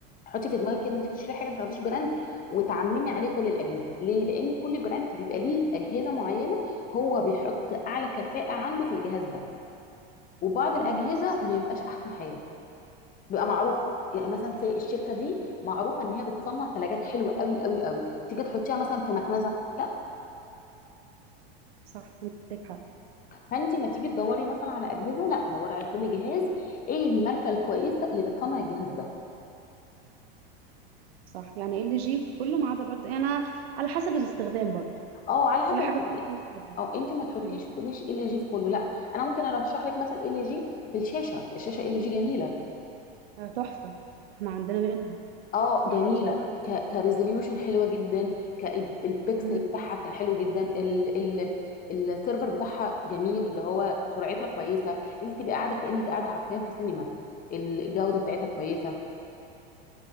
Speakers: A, on the left; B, on the right.
A: حطي في دماغك كده لما تيجي تشتري حاجه ما تاخديش براند وتعممي عليه كل الاجهزه ليه لان كل براند بيبقى ليه اجهزه معينه هو بيحط اعلى كفاءه عنده في الجهاز ده وبعض الاجهزه
B: مم، صح
A: ما بيبقاش احسن حاجه بيبقى معروف يعني مثلا زي الشركه دي معروفه ان هي بتصنع ثلاجات حلوه قوي قوي قوي تيجي تحطيها مثلا في مكنسه
B: مم،
A: لا
B: صح عندك حق
A: فانت ما تيجي تدوري مثلا على اجهزه لا دوري على كل جهاز ايه الماركه الكويسه اللي بتصنع الجهاز ده
B: صح يعني ال جي في كله ما عدا برضه يعني أنا على حسب الاستخدام برضه
A: اه على حسب
B: كل حاجه
A: التطبيق
B: بتبقى الاستخدام
A: اه انت ما تحطيش
B: مم.
A: تقوليش ال جي في كله لا انا ممكن ارشح لك مثلا ال جي في الشاشه الشاشه ال جي جميله
B: آه تحفه احنا عندنا منها
A: اه
B: تحفه
A: جميله
B: بصراحه
A: ك كريزوليوشن حلوه جدا كالبكسل
B: مم.
A: بتاعها كان حلو جدا ال ال السيرفر بتاعها جميل اللي هو سرعتها كويسه انت تبقى قاعده كانك قاعده حرفيا في سينما الجوده بتاعتها كويسه